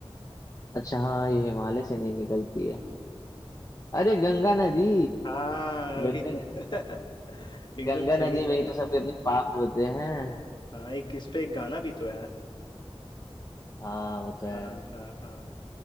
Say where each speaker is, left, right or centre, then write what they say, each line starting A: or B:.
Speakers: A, on the left; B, on the left.
A: अच्छा हाँ ये हिमालय से नहीं निकलती है अरे गंगा नदी
B: हाँ
A: गंगा
B: अभी तो
A: नदी
B: <laughs> एकदम
A: गंगा
B: सही
A: नदी
B: जवाब
A: में ही तो सबके अपने पाप धोते हैं
B: हाँ एक इस पे एक गाना भी तो है
A: हाँ वो तो है
B: हाँ हाँ हाँ